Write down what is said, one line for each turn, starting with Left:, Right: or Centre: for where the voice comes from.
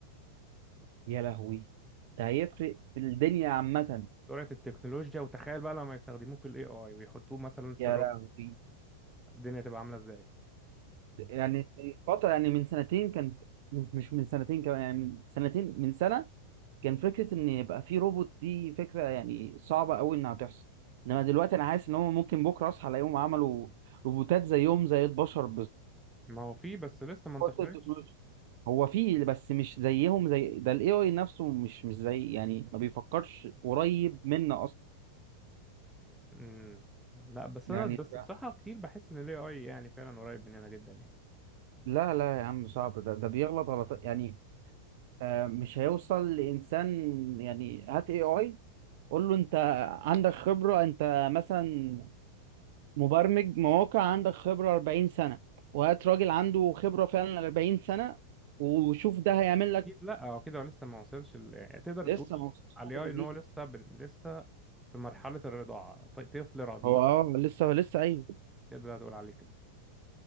Right: يا لهوي ده هيفرق في الدنيا عامة
Centre: سرعة التكنولوجيا وتخيل بقى لما يستخدموه في الاي اي ويحطوه مثلا في
Right: يا
Centre: الروبوت
Right: لهوي
Centre: الدنيا تبقى عاملة ازاي
Right: يعني من فترة يعني من سنتين كان مش مش من سنتين كمان يعني من سنتين من سنة كان فكرة إن يبقى في روبوت دي فكرة يعني صعبة أوي إنها تحصل إنما دلوقتي أنا حاسس إن هم ممكن بكرة أصحى ألاقيهم عملوا روبوتات زيهم زي البشر
Centre: ما هو فيه بس لسه ما انتشرتش
Right: بالظبط هو فيه بس مش زيهم زي ده الاي اي نفسه مش مش زي يعني ما بيفكرش قريب منا اصلا
Centre: امم لا بس
Right: يعني
Centre: انا بس
Right: ف-
Centre: بصراحة كتير بحس ان الاي اي يعني فعلا قريب مننا جدا يعني
Right: لا لا يا عم صعب ده ده بيغلط غلط يعني آه مش هيوصل لانسان يعني هات اي اي قول له انت عندك خبرة انت مثلا مبرمج مواقع عندك خبرة 40 سنة وهات راجل عنده خبرة فعلا 40 سنة وشوف ده هيعمل لك
Centre: اكيد لا هو كده لسه ما وصلش ال... يعني تقدر
Right: لسه
Centre: تقول
Right: ما وصلش
Centre: على
Right: حاجة
Centre: الاي
Right: زي
Centre: اي
Right: دي
Centre: ان هو لسه بن... لسه في مرحلة الرضاعة ط- طفل رضيع
Right: هو اه لسه لسه ايوه
Centre: تقدر تقول عليه كده